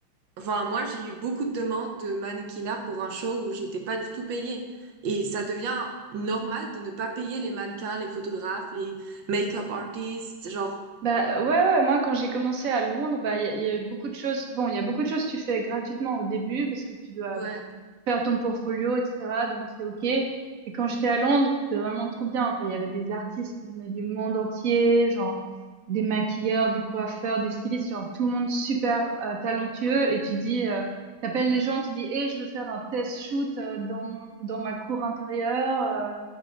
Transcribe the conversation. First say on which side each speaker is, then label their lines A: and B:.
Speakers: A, on the right; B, on the right.
A: enfin moi j'ai eu beaucoup de demandes de mannequinat pour un show où j'étais pas du tout payée et ça devient normal de ne pas payer les mannequins, les photographes, les make-up artists, genre
B: Bah ouais, ouais, moi quand j'ai commencé à Londres, bah il y, a il y a eu beaucoup de choses. Bon, il y a beaucoup de choses que tu fais gratuitement au début parce que tu dois
A: ouais.
B: faire ton portfolio, etc. Donc c'est OK. Et quand j'étais à Londres, c'était vraiment trop bien. Enfin, il y avait des artistes qui venaient du monde entier, genre des maquilleurs, des coiffeurs, des stylistes, genre tout le monde super euh, talentueux. Et tu dis, euh, t'appelles les gens, tu dis, hey, je veux faire un test shoot euh, dans mon, dans ma cour intérieure. euh,